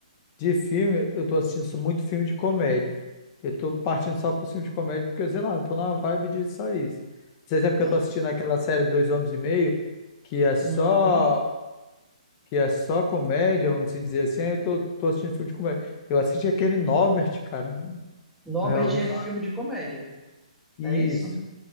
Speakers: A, on the left; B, in the centre.
A: de filme, eu tô assistindo só muito filme de comédia. Eu tô partindo só pro filme de comédia porque, sei lá, eu tô na vibe de só isso. Não sei se é porque
B: Ah.
A: eu tô assistindo aquela série Dois Homens e Meio, que é só
B: Uhum.
A: que é só comédia, vamos se dizer assim, aí eu tô, tô assistindo filme de comédia. Eu assisti aquele Norbert, cara.
B: Norbert
A: Eu já ouvi
B: é
A: falar.
B: filme de comédia,
A: Isso,
B: é isso?